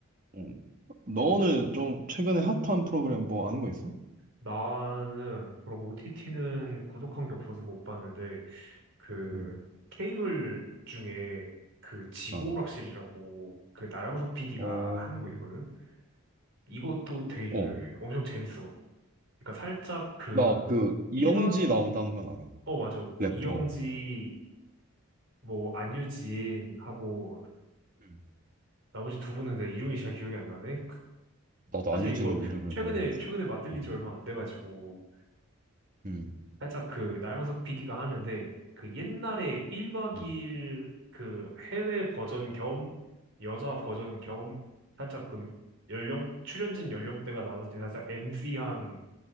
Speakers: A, on the right (about 40°); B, on the right (about 60°).
A: 음. 너는 좀 최근에 핫한 프로그램 뭐 아는 거 있어?
B: 나는 그런 OTT는 구독한 게 없어서 못 봤는데, 그
A: 응.
B: 케이블 중에 그 지구오락실이라고
A: 아.
B: 그 나영석 PD가
A: 어,
B: 하는 거 있거든? 이것도 되게 유명해.
A: 어,
B: 엄청 재밌어. 그러니까 살짝 그
A: 나 그 이영지
B: 1박,
A: 나온다는 건 알아.
B: 어, 맞아. 뭐
A: 래퍼.
B: 이영지, 뭐 안유진하고
A: 음,
B: 나머지 두 분은 내 이름이 잘 기억이 안 나네.
A: 나도
B: 사실
A: 안유진은
B: 이거
A: 이름을
B: 최근에
A: 모르겠어.
B: 최근에 맞들린
A: 어.
B: 지 얼마 안 돼가지고
A: 음.
B: 살짝 그 나영석 PD가 하는데 그 옛날에 1박
A: 음.
B: 2일 그 해외 버전 겸 여자 버전 겸 살짝 그 연령 출연진 연령대가 낮아진 살짝 MC한